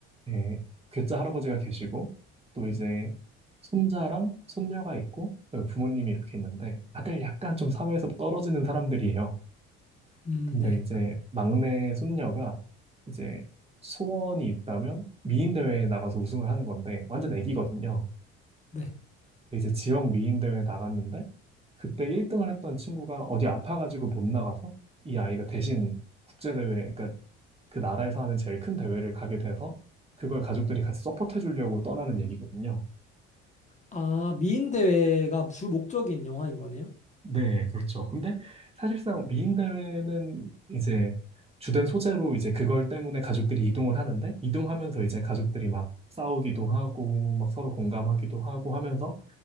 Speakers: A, on the right; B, on the left.
A: 예, 괴짜 할아버지가 계시고 또 이제 손자랑 손녀가 있고 또 부모님이 이렇게 있는데 다들 약간 좀 사회에서 떨어지는 사람들이에요.
B: 음,
A: 근데
B: 네.
A: 이제 막내 손녀가 이제 소원이 있다면 미인 대회에 나가서 우승을 하는 건데 완전 애기거든요.
B: 네.
A: 이제 지역 미인 대회 나갔는데 그때 1등을 했던 친구가 어디 아파가지고 못 나가서 이 아이가 대신 국제 대회 그러니까 그 나라에서 하는 제일 큰 대회를 가게 돼서 그걸 가족들이 같이 서포트해 주려고 떠나는 얘기거든요.
B: 아, 미인대회가 주 목적인 영화인 거네요?
A: 네, 그렇죠. 근데 사실상 미인 대회는 이제 주된 소재로 이제 그걸 때문에 가족들이 이동을 하는데 이동하면서 이제 가족들이 막 싸우기도 하고 막 서로 공감하기도 하고 하면서